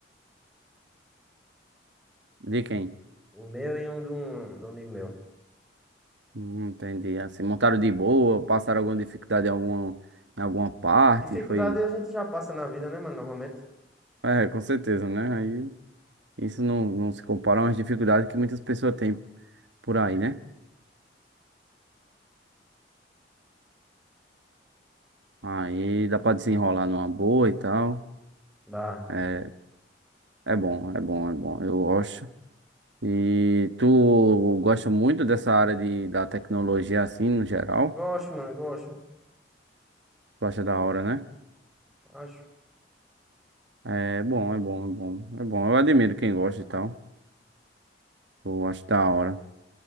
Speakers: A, on the right; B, in the centre.
A: De quem?
B: O meu e um de um, de um amigo meu.
A: Hum, entendi. Assim, montaram de boa, passaram alguma dificuldade em alguma, em alguma parte,
B: Dificuldade
A: foi...
B: a gente já passa na vida, né, mano? Normalmente.
A: É, com certeza, né? Aí isso não, não se compara às dificuldades que muitas pessoas têm por aí, né? Aí dá pra desenrolar numa boa e tal.
B: Dá.
A: É, é bom, é bom, é bom. Eu gosto. E tu gosta muito dessa área de, da tecnologia assim, no geral?
B: Gosto, mano, gosto.
A: Tu acha da hora, né?
B: Acho.
A: É bom, é bom, é bom. É bom. Eu admiro quem gosta e tal. Eu acho da hora.